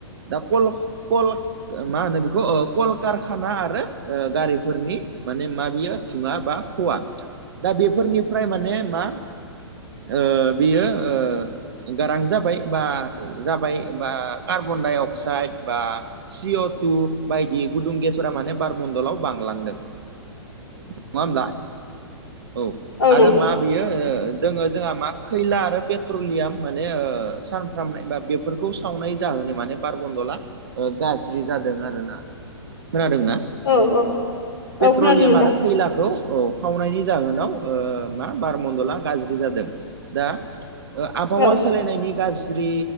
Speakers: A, on the right (about 55°); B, on the left (about 65°).
A: दा कल कल ओ मा होनो बेखौ कलकारखाना आरो गारिफोरनि माने मा? बियो थुङा बा खुवा दा बेफोरनिफ्राय माने मा? ओ बियो ओ गारां जाबाय बा जाबाय बा कार्बन डाइ अक्साइद बा सिअ टु बायदि गुदुं गेसफोरा माने बारमणडलाव बांलांदों नङा होमब्ला औ आरो
B: नंगौ
A: मा? बैयो ओ दोङो जोंहा मा खैला आरो पेट्रलियाम माने ओ सानप्रामनाय बा बे फोरखौ सावनाय जाहोनै माने बार मन्दला ओ गाज्रि जादों आरोना खोनादोंना
B: औ औ
A: पेट्रलियाम
B: औ खोनादों नोंथां
A: आरो खैलाखौ औ खावनायनि जाहोनाव ओ मा बारमडला गाज्रि जादों। दा ओ आबहावा
B: औ
A: सोलायनायनि गाज्रि